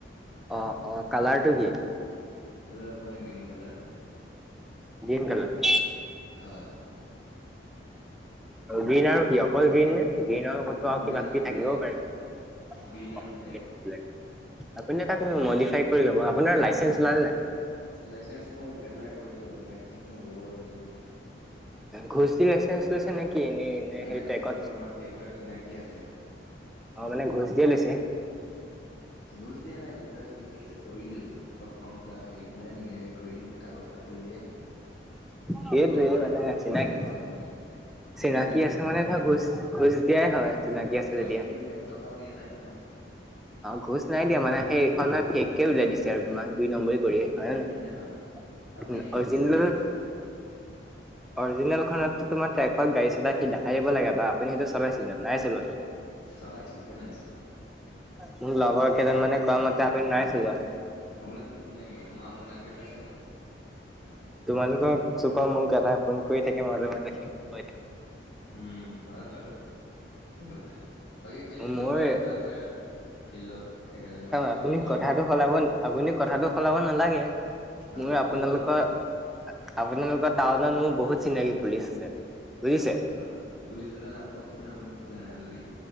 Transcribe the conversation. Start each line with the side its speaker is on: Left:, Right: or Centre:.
Centre: অ', অ', কালাৰটো কি?
Left: কালাৰ আপোনাৰ গ্ৰীণ কালাৰ।
Centre: Green colour?
Left: হয়।
Centre: গ্ৰীণ আৰু কি অকল গ্ৰীণ নে, গ্ৰীণৰ লগতো আৰু
Left: গ্ৰীণ
Centre: কিবা কিবি থাকিবও
Left: ব্লেক
Centre: পাৰে?
Left: গ্ৰীণ আৰু
Centre: <unintelligible>
Left: ব্লেক
Centre: আপুনি
Left: হয়
Centre: তাক মডিফাই কৰি ল'ব, আপোনাৰ লাইচেন্ঞ্চ ওলাল নে নাই?
Left: লাইচেন্ঞ্চ মোৰ এপ্লাই কৰিছো হে, লাইচেঞ্চ মই ওলাব এইকেদিনতে।
Centre: ঘোচ দি লাইচেঞ্চ কৈছে নে কি এনেই এনে
Left: নাই
Centre: সেই
Left: নাই
Centre: ট্ৰেকত
Left: এইটো আমাৰ দেউতাৰ চিনাকি আছে।
Centre: অ', মানে ঘোচ দিয়ে লৈছে?
Left: ঘোচ দিয়া নাই দেউতাৰ চিনাকি আছে কৰিলোও, চব ফৰ্ম ফিলপ হেৰি কেনে ধুনীয়াকে কৰি কিনে কাগজ পাতি উলিয়াই।
Centre: সেইটোৱে
Left: ঘোচ মানে ঘোচ বুলি
Centre: চিনাকি
Left: নহয় ঘোচ ঘোচ
Centre: চিনাকি
Left: বুলি নহয়
Centre: আছে মানে
Left: আৰু।
Centre: ধৰ ঘোচ ঘোচ দিয়াই হয়। চিনাকি আছে
Left: ঘোচ
Centre: যেতিয়া
Left: কিন্তু এক টকাও দিয়া নাই নহয়।
Centre: অ', ঘোচ নাই দিয়া মানে, সেই এইখন ফেক কে ওলিয়াই দিছে আৰু তোক দুই নম্বৰী কৰি হয় নে নহয়?
Left: <unintelligible>
Centre: <unintelligible>
Left: আপুনি সেইকাৰণে চাই <inaudible>
Centre: অৰ্জিনেল খনতটো তোমাৰ ট্ৰেকত গাড়ী চলাই সি দেখাই দিব লাগে বা আপুনি সেইটো চলাইছিলে জানো, নাই চলোৱাটো?
Left: চলাইছো কিয় নাই চলোৱা।
Centre: মোক লগৰ কেইজন মানে কোৱা মতে আপুনি নাই চলোৱা?
Left: আপোনাক নো কোনে কলে, মই আপোনাকহে কৈছো।
Centre: তোমালোকক চুকৰ মোক এটাই ফোন কৰি থাকে মাজে মাজে।
Left: উম হয় বাৰু সেইটো কথা, বাকী খেলিব
Centre: মোৰ
Left: কৰিব আহিবা আকৌ ইয়াত। ফিল্ডত। একেলগে ভাল লাগে
Centre: আপুনি
Left: খেলি
Centre: কথাটো
Left: কেনে
Centre: সলাব আপুনি কথাটো সলাব নালাগে,
Left: কথাটো
Centre: মোৰ আপোনালোকৰ
Left: সলোৱা নাই
Centre: আপোনালোকৰ টাউনত মোৰ বহুত চিনাকি পুলিচ আছে বুজিছে।
Left: হয়, পুলিচ এটাৰ নাম কওঁকচোন আপুনি জানে যদি?